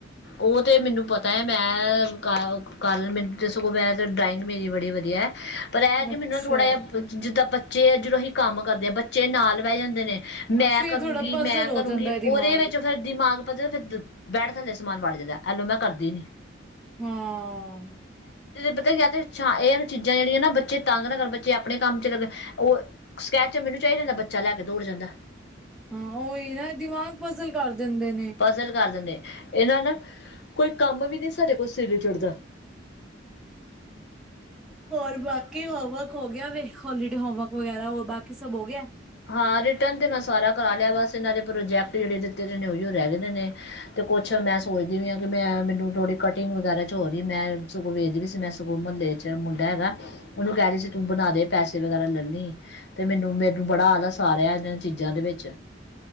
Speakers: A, on the left; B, in the centre.
A: ਉਹ ਤੇ ਮੈਨੂੰ ਪਤਾ ਤਾਂ ਹੈ ਮੈਂ ਕਾ ਕਾਰਨ ਮੈਨੂੰ ਸਗੋਂ ਮੈਂ ਤਾਂ ਡਰਾਇੰਗ ਮੇਰੀ ਬੜੀ ਵਧੀਆ ਹੈ ਪਰ ਇਹ ਕਿ
B: ਅੱਛਾ,
A: ਮੈਨੂੰ ਥੋੜ੍ਹਾ ਜਿਹਾ ਜਿੱਦਾਂ ਬੱਚ ਬੱਚੇ ਅੱਜਰੋਂਹੀ ਕੰਮ ਕਰਦੇ ਆ ਬੱਚੇ ਨਾਲ ਬਹਿ ਜਾਂਦੇ ਨੇ ਮੈਂ
B: ਫੇਰ
A: ਕਰੂੰਗੀ
B: ਥੋੜਾ ਪਜ਼ਲ
A: ਮੈਂ
B: ਹੋ
A: ਕਰੂੰਗੀ
B: ਜਾਂਦਾ ਹੈ ਦਿਮਾਗ।
A: ਉਹਦੇ ਵਿੱਚ ਫਿਰ ਦਿਮਾਗ ਪ ਫਦ ਬੈਠ ਜਾਂਦੇ ਸਮਾਨ ਵੜ ਜਾਂਦਾ ਐਲੋ ਮੈਂ ਕਰਦੀ ਨੀ
B: ਹਾਂ
A: ਪਤਾ ਤੇ ਇਹ ਚੀਜ਼ਾਂ ਜਿਹੜੀਆਂ ਨਾ ਬੱਚੇ ਤੰਗ ਨਾ ਕਰ ਬੱਚੇ ਆਪਣੇ ਕੰਮ ਚ ਲੱ ਉਹ ਸਕੈਚ ਮੈਨੂੰ ਚਾਹੀ ਜਾਂਦਾ ਬੱਚਾ ਲੈ ਕੇ ਦੌੜ ਜਾਂਦਾ
B: ਹਾਂ ਉਹੀ ਨਾ ਦਿਮਾਗ ਫਸਲ ਕਰ ਦਿੰਦੇ ਨੇ।
A: ਫਜ਼ਲ ਕਰ ਦਿੰਦੇ ਇਹਨਾਂ ਨਾ ਕੋਈ ਕੰਮ ਵੀ ਨਹੀਂੀ ਸਾਡੇ ਕੋਲ ਸਵੇਰੇ ਚੁੜਦਾ
B: ਹੋਰ ਬਾਕੀ ਹੋਮਵਰਕ ਹੋ ਗਿਆ ਵ ਹੋਲੀਡੇ ਹੋਮਵਰਕ ਵਗੈਰਾ ਹੋ ਬਾਕੀ ਕਿ ਸਭ ਹੋ ਗਿਆ
A: ਹਾਂ ਰਿਟਰਨ ਤੇ ਮੈਂ ਸਾਰਾ ਕਰਾ ਲਿਆ ਬਸ ਇਹਨਾਂ ਦੇ ਪ੍ਰੋਜੈਕਟ ਜਿਹੜੇ ਦਿੱਤੇ ਨੇ ਉਹੀ ਰਹਿ ਗਦੇ ਨੇ ਤੇ ਕੁੱਛ ਮੈਂ ਸੋਚਦੀ ਵੀ ਆਾਂ ਕਿ ਮੈਂ ਮੈਨੂੰ ਥੋੜ੍ਹੀ ਕਟਿੰਗ ਵਗੈਰਾ ਚ ਹੋ ਰਹੀ ਮੈਂ ਸਗੋਂ ਵੇਖਦੀ ਵੀ ਸੀ ਮੈਂ ਸਗੋਂ ਮਹੱਲੇ ਚ ਮੁੰਡਾ ਹੈਗਾ ਉਹਨੂੰ ਕਹਿ ਰਹੀ ਸੀ ਤੂੰ ਬਣਾ ਦੇ ਪੈਸੇ ਵਗੈਰਾ ਲੈਣੀ ਤੇ ਮੈਨੂੰ ਮੇਰੇ ਨੂੰ ਬੜਾ ਆਦਾ ਸਾਰਹਾ ਇਹਨਾਂ ਚੀਜ਼ਾਂ ਦੇ ਵਿੱਚ